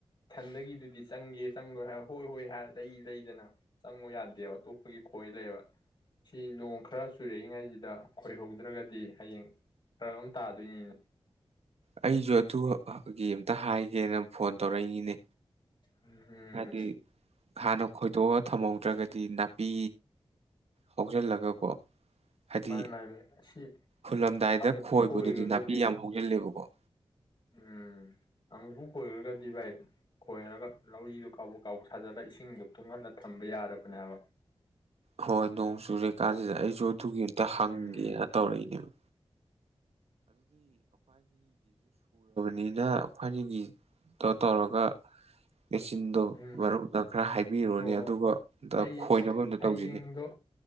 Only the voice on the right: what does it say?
ꯑꯩꯁꯨ ꯑꯗꯨꯒꯤ ꯑꯃꯝꯇ ꯍꯥꯏꯒꯦꯅ ꯐꯣꯟ ꯇꯧꯔꯛꯏꯅꯤꯅꯦ
ꯍꯥꯏꯗꯤ ꯍꯥꯟꯅ ꯈꯣꯏꯗꯣꯛꯑ ꯊꯝꯍꯧꯗ꯭ꯔꯒꯗꯤ ꯅꯥꯄꯤ ꯍꯧꯖꯜꯂꯒ ꯍꯥꯏꯗꯤ
ꯍꯨꯜꯂꯝꯗꯥꯏꯗ
ꯈꯣꯏꯕꯗꯨꯗꯤ
ꯅꯥꯄꯤ ꯌꯥꯝ ꯍꯧꯖꯤꯜꯂꯦꯕꯀꯣ
ꯍꯣꯏ ꯅꯣꯡ ꯆꯨ ꯀꯥꯟꯁꯤꯗ ꯑꯩꯁꯨ ꯑꯗꯨꯒꯤ ꯑꯝꯇ
ꯍꯪꯒꯦꯅ ꯇꯧꯔꯛꯏꯅꯦꯕ ꯅꯤꯅ ꯑꯩꯈꯣꯏꯒꯤꯗꯣ ꯇꯧꯔꯒ ꯃꯦꯆꯤꯟꯗꯣ
ꯃꯔꯨꯞꯅ ꯈꯔ ꯍꯥꯏꯕꯤꯔꯨꯅꯦ
ꯑꯗꯨꯒ
ꯑꯝ ꯈꯣꯏꯅꯕ ꯑꯝꯇ
ꯇꯧꯁꯤꯅꯤ